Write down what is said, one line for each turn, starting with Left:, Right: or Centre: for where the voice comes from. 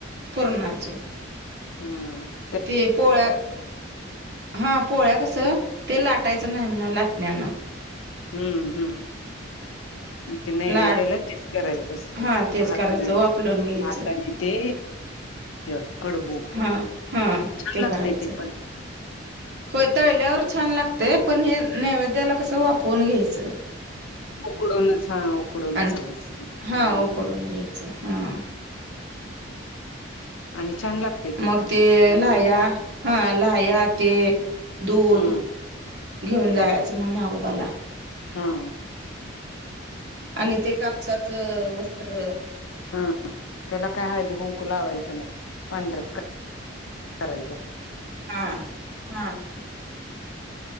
Right: पूरणाचे.
Left: हा.
Right: ते पोळ्या हा पोळ्या कसं ते लाटायचं नाही म्हण लाटण्यान
Left: हम्म हम्म. म ते नैवेद्याला
Right: लाडू
Left: तेच करायचं असतय
Right: हा तेच
Left: भात्याण,
Right: करायचं वापलून घ्यायचं
Left: भात आणि ते क्य कडबू
Right: हा हा
Left: छान
Right: ते
Left: लागते
Right: करायचं
Left: पण
Right: होय तळल्यावर छान लाग ते पण हे नैवेद्याला कसं वाफवून घ्यायचं.
Left: उकडूनच हा उकडूनचरायचं
Right: आणि
Left: ते
Right: हा ओकडून घ्यायच हा.
Left: आणि छान लागते
Right: मग
Left: पण
Right: ते लाह्या हा लाह्या ते दूध
Left: हम्म
Right: घेऊन जायचं म्हण नागोबाला
Left: ह.
Right: आणि ते कापसाचं वस्त्र
Left: ह. त्याला काय हळदी कुंकू लावायचं नाही. पांढरच करायचं.
Right: ह. ह.